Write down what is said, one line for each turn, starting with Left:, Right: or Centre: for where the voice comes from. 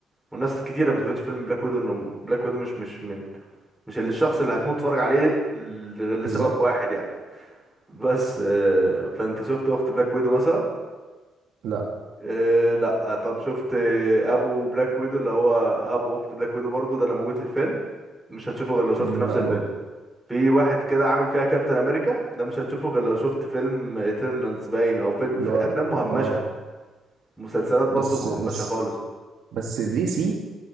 Centre: والناس كتيرة ما شافتش فيلم بلاك ويدو انه بلاك ويدو مش مش من مش اللي الشخص اللي هتموت تتفرج عليه ل- غير لسبب
Right: بالظبط
Centre: واحد يعني بس آه، فانت شفت اخت بلاك ويدو مثلا
Right: لا
Centre: إيه لا طب شفت ابو بلاك ويدو اللي هو ابو اخت بلاك ويدو برضه ده اللي موجود في الفيلم مش هتشوفه غير لو شفت
Right: مم،
Centre: نفس
Right: لا
Centre: الفيلم
Right: برضه
Centre: في واحد كده عامل فيها كابتن امريكا ده مش هتشوفه غير لو شفت فيلم ايترنالز باين او في, في
Right: اللي هو
Centre: افلام مهمشه
Right: أه
Centre: مسلسلات
Right: بس
Centre: برضه مهمشه
Right: بس
Centre: خالص
Right: بس دي سي